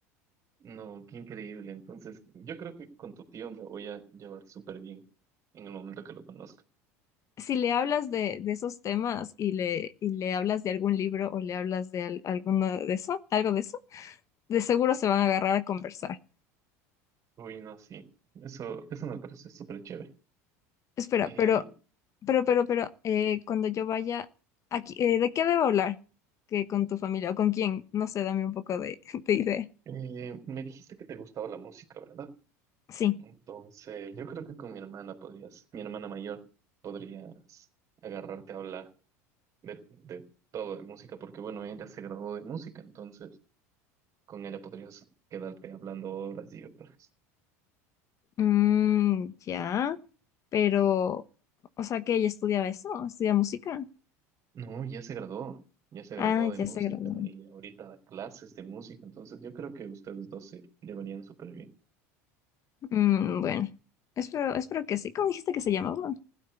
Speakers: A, on the right; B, on the left.
A: No, qué increíble. Entonces, yo creo que con tu tío me voy a llevar súper bien en el momento que lo conozca.
B: Si le hablas de, de esos temas y le, y le hablas de algún libro o le hablas de al- alguno de eso, algo de eso, de seguro se van a agarrar a conversar.
A: Uy, no, sí. Eso, eso me parece súper chévere.
B: Espera,
A: Eh,
B: pero, pero, pero, pero, eh, cuando yo vaya aquí, eh, ¿de qué debo hablar? ¿Que con tu familia o con quién? No sé, dame un poco de, <laughs> de idea.
A: eh, me dijiste que te gustaba la música, ¿verdad?
B: Sí.
A: Entonces, yo creo que con mi hermana podrías, mi hermana mayor, podrías agarrarte a hablar de, de todo, de música, porque bueno, ella se graduó de música, entonces con ella podrías quedarte hablando horas y horas.
B: Mm, ya, pero, o sea que ella estudiaba eso, estudia música.
A: No, ya se graduó, ya se graduó
B: Ah, ya
A: de música
B: se graduó.
A: y ahorita da clases de música, entonces yo creo que ustedes dos se llevarían súper bien.
B: Mm, bueno, espero, espero que sí. ¿Cómo dijiste que se llamaba?